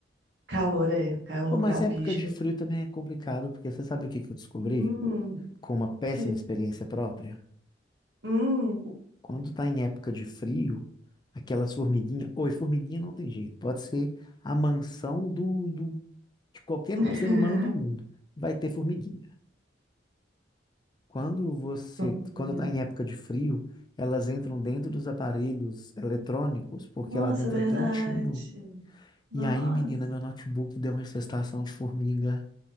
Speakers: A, on the right; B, on the left.
A: Calor é, calor
B: Ô, mas
A: pra bicho.
B: época de frio também é complicado, porque você sabe o que que eu descobri?
A: Hum,
B: Com uma
A: ok.
B: péssima experiência própria?
A: Hum.
B: Quando tá em época de frio, aquelas formiguinhas. Oi, formiguinha não tem jeito. Pode ser a mansão do, do de qualquer
A: <laughs>
B: ser humano do mundo, vai ter formiguinha. Quando você,
A: Fofinho.
B: quando está em época de frio, elas entram dentro dos aparelhos eletrônicos, porque
A: Nossa,
B: lá dentro
A: verdade.
B: é quentinho.
A: Nossa,
B: E aí, menina, meu notebook deu uma infestação de formiga.